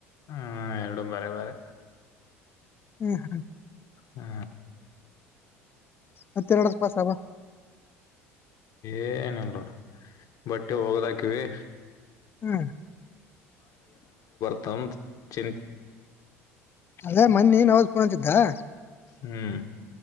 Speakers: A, on the left; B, on the left.
A: ಹ್ಮ ಎರಡು ಬೇರೆ ಬೇರೆ
B: ಹ್ಮ್ ಹ್ಮ್
A: ಹ್ಮ
B: ಹತ್ತೆರಡ ಪಾಸವಾ
A: ಏನುಲ್ಲೋಡು ಬಟ್ಟೆ ಹೋಗದಾಗ <unintelligible> ಕಿವೇ
B: ಹ್ಮ್
A: <unintelligible> ಚ
B: ಅದೇ ಮನ್ನಿ <unintelligible>
A: ಹ್ಮ್